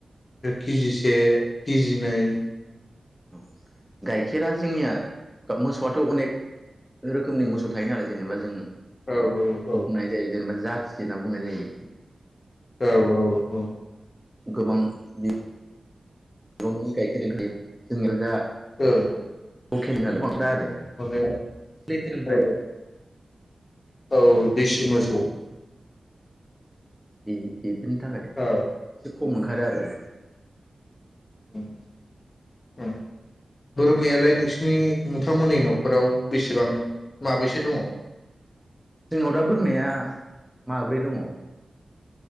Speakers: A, on the left (about 50°); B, in the centre.
A: केजिसे केजिनै?
B: ओं गाइखेरा जोंनिया मोसौआथ' अनेक रोखोमनि मोसौ थायो नालाय जेनेबा जों
A: औ औ
B: हखनाय जायो जेनबा जा जेना बुंनाय जायोदि
A: औ औ औ।
B: गोबां बि दंनि गाइखेर दोंख जोङो दा
A: औ औ
B: खेल नाल रादे
A: माने
B: लेट्रेंनिफ्राय
A: औ औ देसि मोसौ
B: बि इ बिनि थाखाय एसे
A: औ
B: खम ओंखारो आरो
A: उम उम बोरमायालाय नोंसिनि नोंथांमोननि न'खराव बेसेबां माबेसो दङ?
B: जोंनाव दा बोरमाया माब्रै दङ।